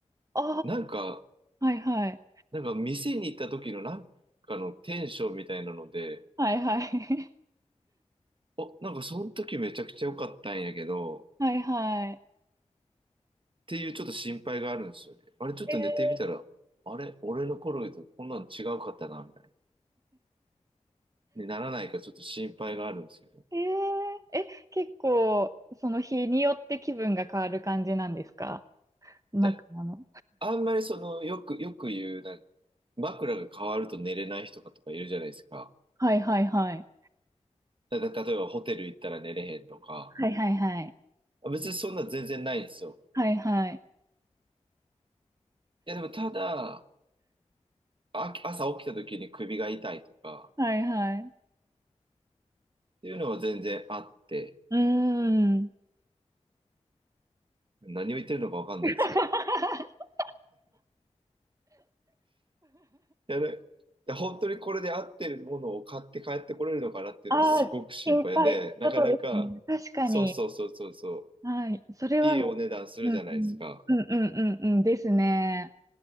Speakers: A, on the right (about 25°); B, on the right (about 45°).
A: あ
B: なんか、
A: あ、はいはい。
B: なんか店に行った時のなんかのテンションみたいなので、
A: はいはい。
B: お、なんかその時めちゃくちゃ良かったんやけど、
A: <laughs>
B: っ
A: はいはい。
B: ていうちょっと心配があるんですよね。あれちょっと寝てみたら、
A: えー、
B: あれ俺の頃とこんなの違うかったな、みたいな。にならないかちょっと心配があるんですけど。
A: えー、え、結構、その日によって気分が変わる感じなんですか枕の。
B: であんまりその、よく、よく言う、なんか枕が変わると寝れない人とかいるじゃないですか。
A: はいはいはい。
B: だ、だ例えばホテル行ったら寝れへんとか。
A: はいはいはい。
B: あ別にそんな全然ないんですよ。
A: はいはい。
B: いやでもただ、あ朝起きた時に首が痛いとか、
A: はいはい。
B: っていうのは全然あって、
A: うーん。
B: 何を言ってるのかわかんないですけど。
A: <laughs>
B: いやねで本当にこれで合ってるものを買って帰ってこれるのかなっていうのはすごく心配で、
A: ああ、心配ってことですね。
B: なかなか、
A: 確かに。
B: そうそうそうそうそう、
A: はい。それは、
B: いいお値段するじゃないですか。
A: うんうん。うんうんうんうんですね。